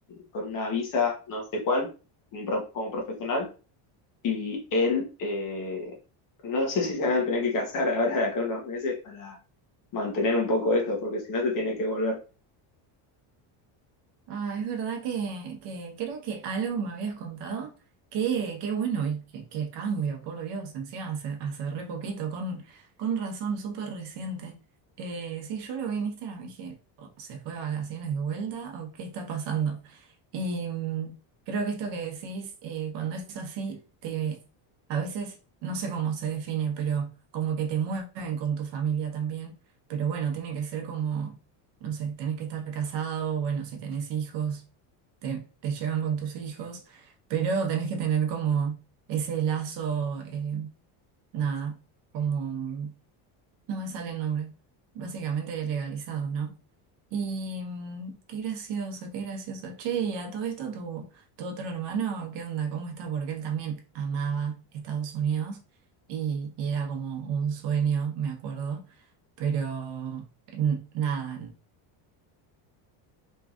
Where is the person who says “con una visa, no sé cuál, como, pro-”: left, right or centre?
Left